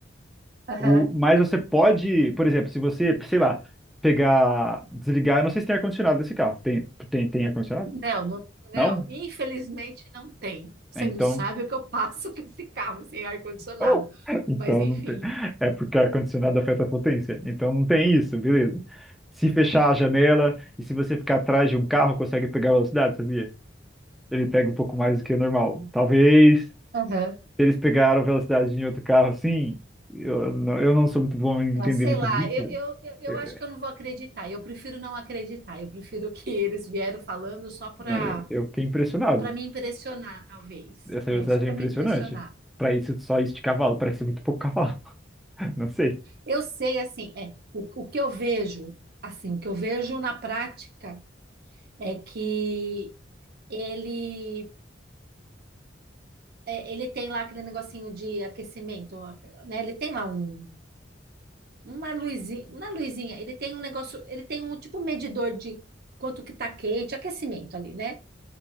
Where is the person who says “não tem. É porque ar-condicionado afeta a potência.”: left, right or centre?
Centre